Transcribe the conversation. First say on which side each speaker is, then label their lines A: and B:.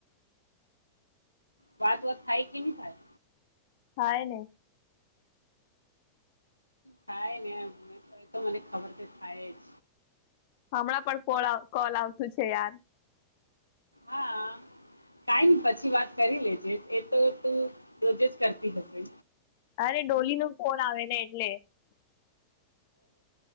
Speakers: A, on the left; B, on the left.
A: વાત વાત થાય કે નહી થાય
B: હાય ને
A: થાય ને તો મને ખબર છે થાય જ
B: હમણાં પણ કોલ કોલ આવતું છે યાર
A: હા કાઈ ની પછી વાત કરી લે એ તો તું રોજે જ કરતી હશે
B: અરે ડોલી ન ફોન આવે ને એટલે